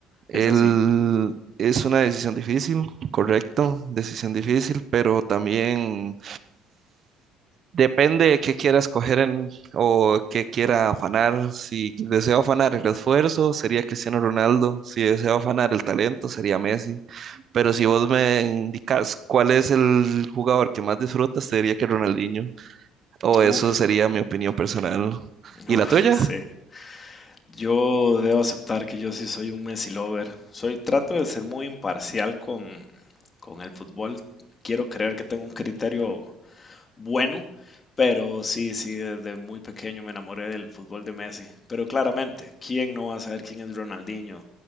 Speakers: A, on the right; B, on the left.
A: El-
B: Es así.
A: es una decisión difícil, correcto, decisión difícil, pero también depende de qué quiera escoger en, o qué quiera afanar. Si deseo afanar el esfuerzo, sería Cristiano Ronaldo. Si deseo afanar el talento, sería Messi. Pero si vos me indicas cuál es el jugador que más disfrutas, te diría que Ronaldinho. O
B: Uf,
A: eso sería mi opinión personal. ¿Y
B: uf,
A: la tuya?
B: sí. Yo debo aceptar que yo sí soy un Messi lover. Soy, trato de ser muy imparcial con, con el fútbol. Quiero creer que tengo un criterio bueno, pero sí, sí, desde muy pequeño me enamoré del fútbol de Messi. Pero claramente, ¿quién no va a saber quién es Ronaldinho?